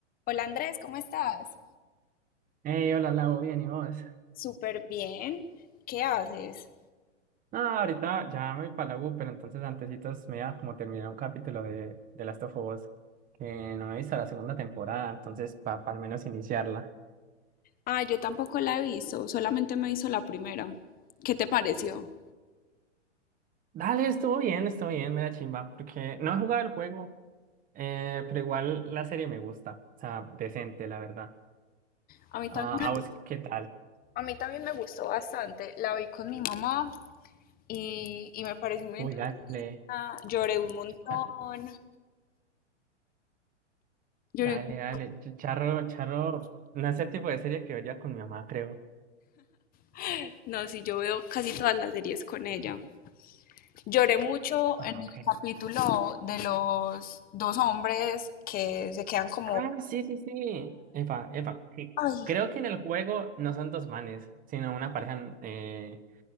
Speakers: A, on the left; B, on the right.
A: Hola Andrés, ¿cómo estás?
B: Hey, hola, Lau, bien, ¿y vos?
A: Súper bien. ¿Qué haces?
B: No, ahorita ya me voy para la U, pero entonces antecitos me iba a como terminar un capítulo de, de Last of Us, que no he visto la segunda temporada, entonces para al menos iniciarla.
A: Ah, yo tampoco la he visto, solamente me hizo la primera. ¿Qué te pareció?
B: Dale, estuvo bien, estuvo bien, me da chimba, porque no he jugado el juego, eh, pero igual la serie me gusta, o sea, decente, la verdad.
A: A mí
B: Ah,
A: también,
B: ¿a vos qué tal?
A: a mí también me gustó bastante. La vi con mi mamá y, y me pareció muy
B: Uy,
A: entretenida.
B: dale,
A: Lloré un montón.
B: da-
A: Lloré.
B: dale,
A: mucho.
B: dale, ch- charro, charro, no es el tipo de serie que vería con mi mamá, creo.
A: <gasps> No, sí, yo veo casi todas las series con ella. Lloré mucho
B: Ah,
A: en el
B: ok.
A: capítulo de los dos hombres que se quedan como...
B: Ah, sí, sí, sí. Epa, epa. Sí.
A: Ay,
B: Creo que en el juego no son dos manes, sino una pareja eh,